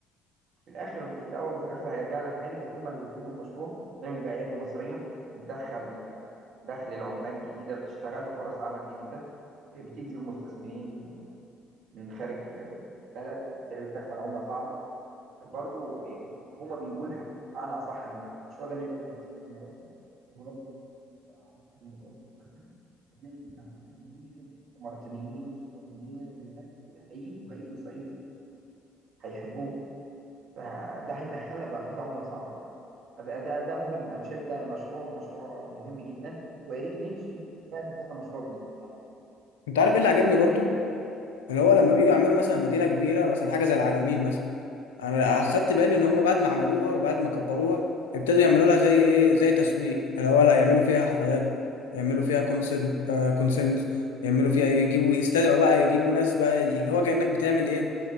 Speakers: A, on the right; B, on the left.
A: في الاخر في الاول وفي الاخر هيرجع لك تاني بس هم اللي بيقوموا المشروع تعمل بايادي مصريه بتدخل دخل العمال جديده بتشتغل وفرص عمل جديده آه، بتجذب مستثمرين من خارج البلد فبالتالي بتدخل عمله صعبه برضو هم بيجوا لها بمعنى اصح المشروع ده ما يبقى مشروع اماراتي وبرضو آه، على البحر المتوسط مثلا هتلاقي بعد كده بيجذب الاماراتيين والسعوديين والناس دي كلها هيجوا هيجوا يصيفوا فيه هيحبوه فده هيدخلك بعد كده عملة صعبة كبيرة ده ده ده مهم أنا شايف ده مشروع مشروع مهم جدا ويا ريت نمشي نعمل كذا مشروع بالاتجاه ده
B: انت عارف ايه اللي عجبني برضو اللي هو لما بيجوا يعملوا مثلا مدينة كبيرة مثلا حاجة زي العلمين مثلا انا اخدت بالي ان هم بعد ما عملوها وبعد ما كبروها ابتدوا يعملوا لها زي ايه زي تسويق اللي هو لا يعملوا فيها حفلات يعملوا فيها كونسرن آه كونسرنز يعملوا فيها يجيبوا يستدعوا بقى يجيبوا ناس بقى اللي هو كأنك بتعمل ايه